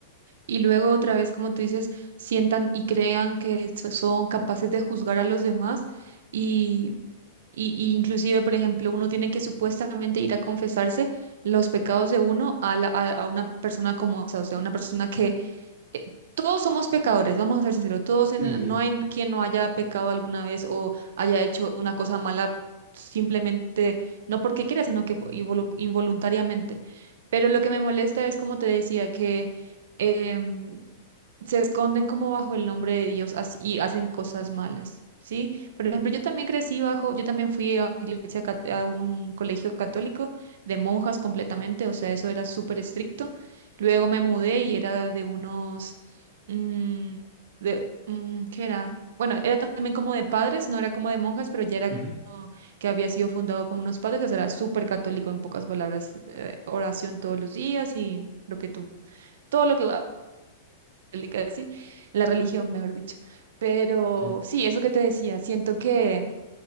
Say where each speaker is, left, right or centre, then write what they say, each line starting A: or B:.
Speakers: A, on the right (about 70°); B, on the right (about 25°).
A: Y luego otra vez, como tú dices, sientan y crean que so- son capaces de juzgar a los demás. Y Y, y inclusive, por ejemplo, uno tiene que supuestamente ir a confesarse los pecados de uno a, la- a, a una persona como esa, o sea, una persona que eh, todos somos pecadores, vamos a ser sinceros, todos en-
B: Sí, sí.
A: no hay quien no haya pecado alguna vez o haya hecho una cosa mala simplemente, no porque quiera, sino que po- involu- involuntariamente. Pero lo que me molesta es, como te decía, que... em, se esconden como bajo el nombre de Dios así- y hacen cosas malas, ¿sí? Por ejemplo, yo también crecí bajo, yo también fui a, iglesia, cat- a un colegio católico de monjas completamente, o sea, eso era súper estricto. Luego me mudé y era de unos, mm, de, mm, ¿qué era? Bueno, era también como de padres, no era como de monjas, pero ya era
B: ujú,
A: como que había sido fundado como unos padres, o sea, era súper católico en pocas palabras, eh, oración todos los días y lo que tú, todo lo que católica, sí, en la religión, mejor dicho. Pero
B: sí.
A: sí, eso que te decía, siento que,